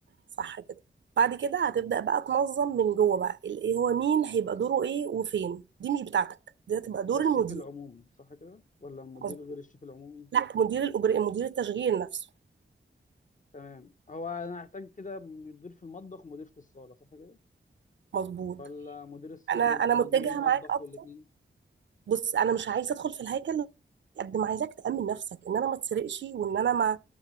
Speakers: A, on the right (about 70°); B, on the left (about 40°).
A: صح كده بعد كده هتبدأ بقى تنظم من جوه بقى ال- ايه هو مين هيبقى دوره ايه وفين دي مش بتاعتك دي هتبقى دور
B: ده الشيف
A: المدير
B: العمومي صح كده ولا المدير
A: مظبوط
B: غير الشيف العمومي
A: لا مدير الأوبر... مدير التشغيل نفسه
B: تمام هو انا هحتاج كده مدير في المطبخ ومدير في الصاله صح كده
A: مظبوط
B: ولا مدير الصاله
A: انا
B: بيبقى
A: انا متجهه
B: مدير المطبخ
A: معاك اكتر
B: والاثنين
A: بص انا مش عايزه ادخل في الهيكل قد ما عايزاك تأمن نفسك ان انا ما اتسرقش وان انا ما